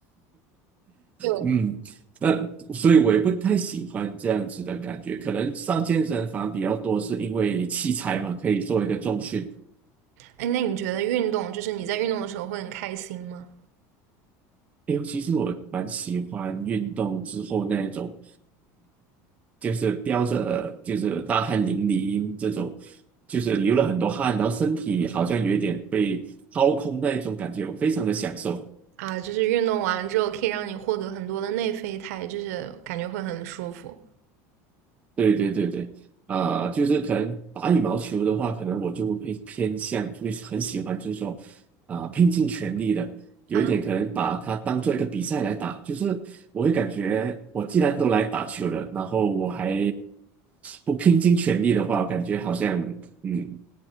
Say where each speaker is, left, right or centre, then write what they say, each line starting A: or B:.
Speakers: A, on the right; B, on the right.
A: 就，
B: 嗯，那所以我也不太喜欢这样子的感觉。可能上健身房比较多，是因为器材嘛，可以做一个重训。
A: 哎，那你觉得运动就是你在运动的时候会很开心吗？
B: 哎，其实我蛮喜欢运动之后那一种，就是飙着，就是大汗淋漓这种，就是流了很多汗，然后身体好像有一点被掏空那一种感觉，我非常的享受。
A: 啊，就是运动完之后可以让你获得很多的内啡肽，就是感觉会很舒服
B: 对对对对，啊、就是可能打羽毛球的话，可能我就会偏向，会很喜欢，就是说啊、拼尽全力的，有一点可能把它当做一个比赛来打，
A: 啊。
B: 就是我会感觉，我既然都来打球了，然后我还不拼尽全力的话，我感觉好像嗯